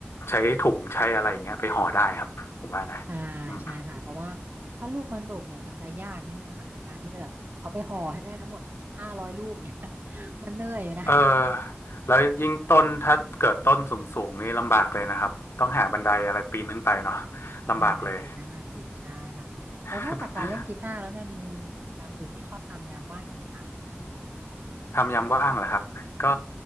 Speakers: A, on the left; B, on the right.
A: ใช้ถุงใช้อะไรอย่างเงี้ยไปห่อได้ครับผมว่านะอืม
B: ใช่ใช่ค่ะแต่ว่าถ้าลูกมันดกเนี่ยมันจะยากนิดนึงอะค่ะในการที่จะแบบเอาไปห่อให้ได้ทั้งหมดห้าร้อยลูกเนี่ย <laughs> มันเหนื่อยอยู่นะ
A: เออแล้วยิ่งต้นถ้าเกิดต้นสูงๆนี่ลำบากเลยนะครับต้องหาบันไดอะไรปีนขึ้นไปเนาะลำบากเลย
B: นั่นน่ะสินั่นน่ะสิใช่ค่ะแล้วนอกจากการเล่นกีตาร์แล้วเนี่ยมีมีกิจกรรมอื่นที่ชอบทำยามว่างอีกไหมคะ
A: <laughs> ทำยามว่างเหรอครับก็